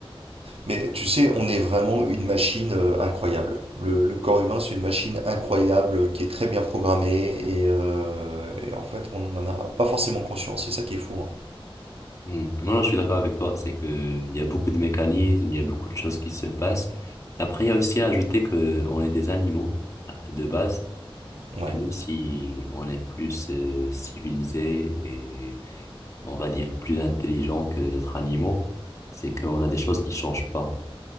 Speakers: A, on the right; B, on the left.
A: Mais tu sais, on est vraiment une machine euh, incroyable. Le, le corps humain, c'est une machine incroyable euh, qui est très bien programmée et, euh, et en fait, on n'en a pas forcément conscience. C'est ça qui est fou. hein.
B: Hmm. Non, non, je suis d'accord avec toi. C'est que il y a beaucoup de mécanismes, il y a beaucoup de choses qui se passent. Après, il y a aussi à ajouter que on est des animaux de base,
A: Ouais.
B: et même si on est plus euh, civilisé et on va dire plus intelligent que les autres animaux, c'est qu'on a des choses qui changent pas.